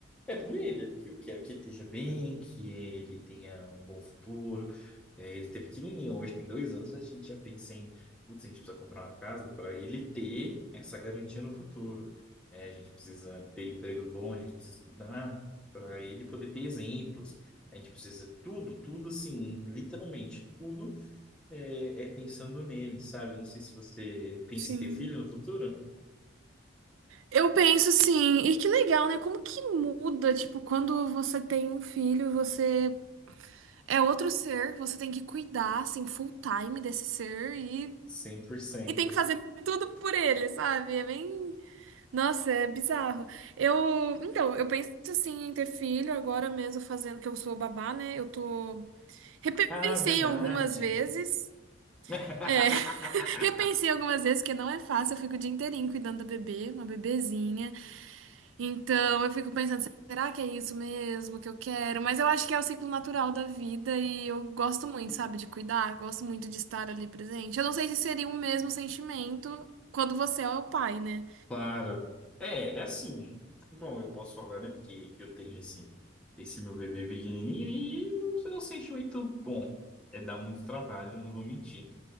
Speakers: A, in the centre; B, on the right.
A: É por ele, é porque eu quero que ele esteja bem, que ele tenha um bom futuro. É, ele tá pequenininho, hoje tem dois anos, a gente já pensa em, putz, a gente precisa comprar uma casa para ele ter essa garantia no futuro. É, a gente precisa ter emprego bom, a gente precisa estudar para ele poder ter exemplos. A gente precisa tudo, tudo assim, literalmente, tudo é, é pensando nele, sabe? Eu não sei se você pensa
B: sim.
A: em ter filho no futuro.
B: Eu penso sim. E que legal, né? Como que muda, tipo, quando você tem um filho, você é outro ser, você tem que cuidar, assim, full time desse ser e
A: cem por cento.
B: E tem que fazer tudo por ele, sabe? É bem. Nossa, é bizarro. Eu. Então, eu penso assim em ter filho agora mesmo, fazendo que eu sou babá, né? Eu tô. Repensei
A: Ah, verdade.
B: algumas vezes.
A: <laughs>
B: É, <laughs> repensei algumas vezes, porque não é fácil. Eu fico o dia inteirinho cuidando da bebê, uma bebezinha. Então, eu fico pensando, será que é isso mesmo que eu quero? Mas eu acho que é o ciclo natural da vida e eu gosto muito, sabe, de cuidar, gosto muito de estar ali presente. Eu não sei se seria o mesmo sentimento quando você é o pai, né?
A: Claro. É, é assim. Bom, eu posso falar, né? Porque eu tenho esse, esse meu bebê pequenininho e o- é um sentimento bom. É dar muito trabalho, eu não vou mentir.